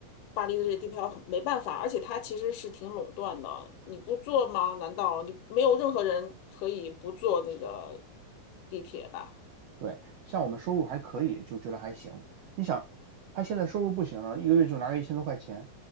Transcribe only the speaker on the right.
对，像我们收入还可以，就觉得还行。你想，他现在收入不行了，一个月就拿个一千多块钱，